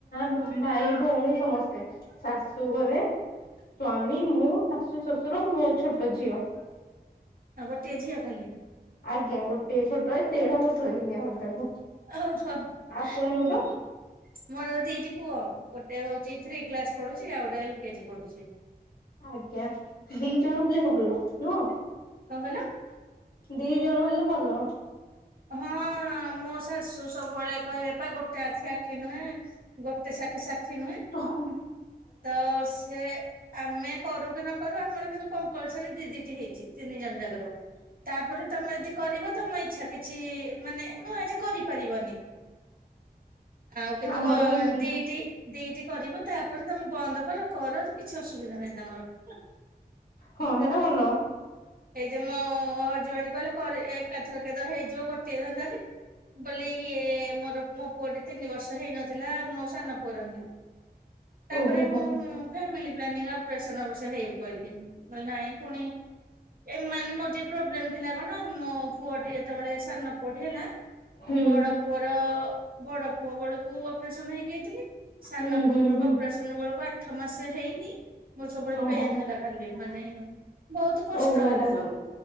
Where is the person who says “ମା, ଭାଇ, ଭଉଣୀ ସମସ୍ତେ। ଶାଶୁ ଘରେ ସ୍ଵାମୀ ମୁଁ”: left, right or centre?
Left